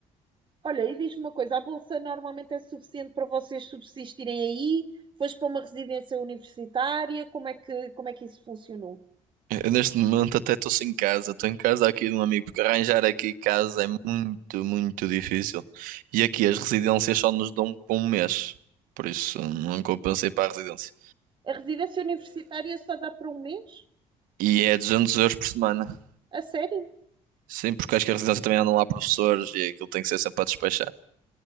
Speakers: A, on the right; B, on the right.
A: Olha, e diz-me uma coisa: a bolsa normalmente é suficiente para vocês subsistirem aí? Foste para uma residência universitária? Como é que, como é que isso funcionou?
B: Eu neste momento até estou sem casa. Estou em casa aqui de um amigo, porque arranjar aqui casa é muito, muito difícil. E aqui as residências só nos dão por um mês. Por isso não compensei para a residência.
A: A residência universitária só dá para um mês?
B: E é 200 euros por semana.
A: A sério?
B: Sim, porque acho que a residência também andam lá professores e aquilo tem que ser sempre a despachar.